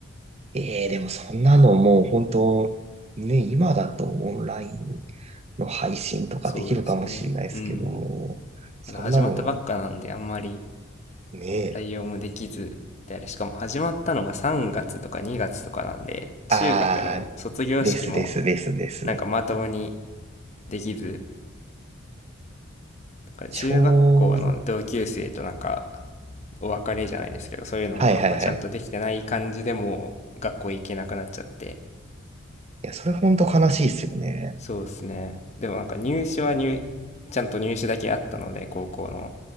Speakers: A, on the right; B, on the left.
A: ー。えー、でもそんなのもう本当、ね、今だとオンラインの配信とかできるかもしれないですけども、
B: そうですね。うん。
A: そんなの、
B: まだ始まったばっかなんで、あんまり
A: ね、
B: 対応もできず、で、あれ、しかも始まったのが3月とか2月とかなんで、中学の卒業式も
A: あー、ですですですです。
B: なんかまともにできず、だから中学校の同級生となんか
A: ちょう、
B: お別れじゃないですけど、そういうのもあんまちゃんとできてない感じでもう学校行けなくなっちゃって、
A: はいはいはい。いや、それほんと悲しいっすよね。
B: そうですね。でもなんか入試は入、ちゃんと入試だけあったので、高校の。